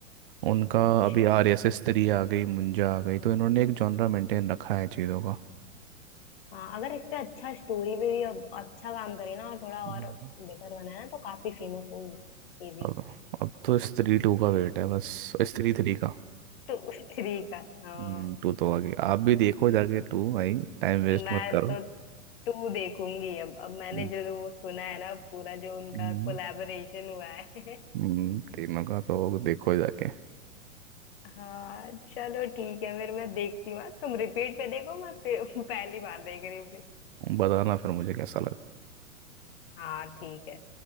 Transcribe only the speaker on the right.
उनका
अभी आर एस एस थ्री आ गई मुंजा आ गई तो इन्होंने एक जॉनरा मेंटेन रखा है चीज़ों का
हम्म।
अब अब तो स्त्री टू का वेट है बस स्त्री थ्री का
हम्म टू तो आगे आप भी देखो जाके टू भाई टाइम वेस्ट
मत करो
हम्म
हम्म,
हम्म, तीनों का तो देखो जाके
बताना फिर मुझे कैसा लगा